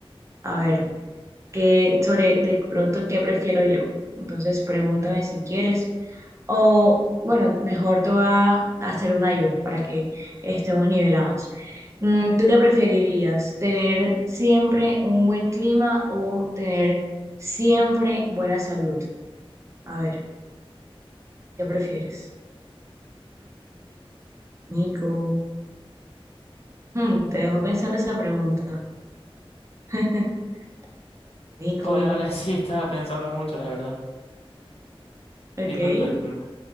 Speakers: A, on the right; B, on the left.
A: A ver, que sobre de pronto qué prefiero yo. Entonces pregúntame si quieres. O bueno, mejor te voy a hacer una yo para que estemos nivelados. Mm, ¿Tú qué preferirías? ¿Tener siempre un buen clima o tener siempre buena salud? A ver, ¿qué prefieres? Nico, Mm, te dejo pensando esa pregunta. <laughs> Nico,
B: Hola, hola, sí, estaba pensando mucho, la verdad.
A: ok.
B: Disculpa, disculpa.